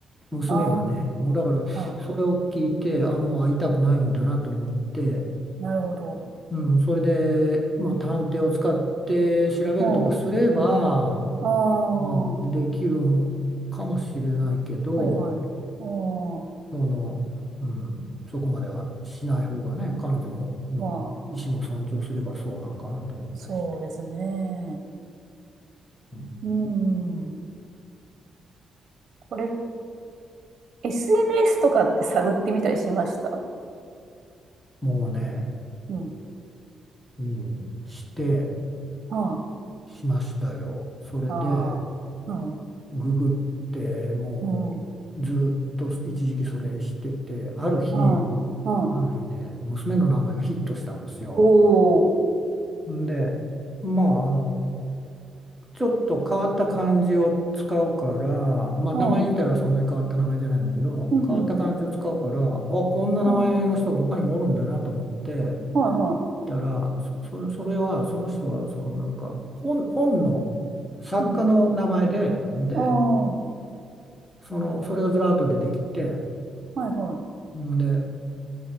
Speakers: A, in the centre; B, on the right.
A: 娘がね、
B: あ
A: もうだからそれを聞いて、
B: あ、は
A: あ、もう会いたくないんだなと思って、
B: い、なるほど。
A: うん、それで、まあ、探偵を使って調べるとかすれば、
B: うん。ああ、
A: まあ、
B: は
A: できるんかもしれないけど、
B: いはい。うん。
A: その、うん、そこまではしない方がね、彼女もの意思も尊重すればそうなんかなと思ったりして、
B: まあ、そうですね。
A: うん、
B: うん。これ、SNS とかって探ってみたりしました
A: もうね、
B: うん。
A: うん、して
B: はい。
A: しましたよ。それで
B: ああ、はい。
A: ググってもうずっと一時期それしててある日
B: うん。はい。はい。
A: ある日ね娘の名前がヒットしたんですよ。
B: おー。
A: んでまああのちょっと変わった漢字を使うからまあ名前自体はそんなに変わった名前じゃないんだけど変わった漢字を使うからあこんな名前の人が他にもおるんだなと思って
B: うん。うんうんうん。はい。はいは
A: たらそ、そそれはその人はそのなんか本、本の作家の名前で、
B: い。うん。
A: で
B: ああ、は
A: そのそれがずらっと出てきて
B: いはい。
A: んで、